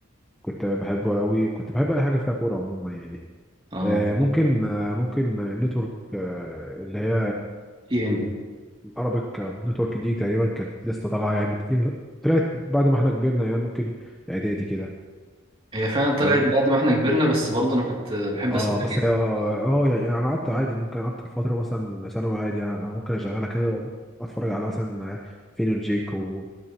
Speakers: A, in the centre; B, on the right.
A: كنت بحبه قوي كنت بحب اي حاجة فيها كورة عموما يعني
B: آه
A: آه، ممكن آه، ممكن نتورك آه، اللي هي
B: تي إن
A: عربيك نتورك دي تقريبا كانت لسه طالعه يعني طلعت بعد ما احنا كبرنا يعني ممكن اعدادي كده
B: هي فعلا
A: فاهم
B: طلعت بعد ما احنا كبرنا بس برضه أنا كنت بحب
A: اه
B: أسمعها
A: بس هي اه اه يعني انا قعدت عادي ممكن قعدت فتره مثلا ثانوي عادي يعني انا ممكن اشغلها كده اتفرج على مثلا فين وجيك و-